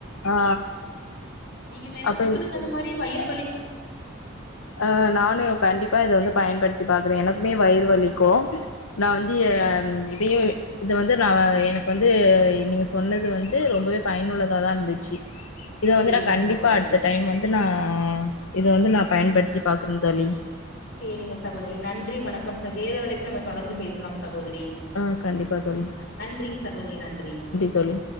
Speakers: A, on the left; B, on the left.
A: ஆ
B: நீங்க வேணா
A: அப்ப
B: உங்களுக்கு அந்த மாரி வயிறு வலி
A: ஆ நானு கண்டிப்பா இத வந்து பயன்படுத்தி பாக்குறே எனக்குமே வயிறு வலிக்கு நா வந்து
B: சேரிங்க
A: ய‌ இதயேவே இது வந்து நா எனக்கு வந்து நீங்க சொன்னது வந்து ரொம்பவே பயனுள்ளதா தா இந்துச்சி இத வந்து
B: சேரிங்க
A: நா கண்டிப்பா
B: சகோதரி
A: அட்த்த டைம் வந்து நா இத வந்து நா பயன்படுத்தி பாக்குறே தோழி
B: சேரிங்க சகோதரி நன்றி வணக்கம் ச வேறொரு அழைப்புல நம்ம தொடர்ந்து பேசலாம் சகோதரி
A: ஆ கண்டிப்பா தோழி
B: நன்றிங் சகோதரி நன்றி
A: தோழி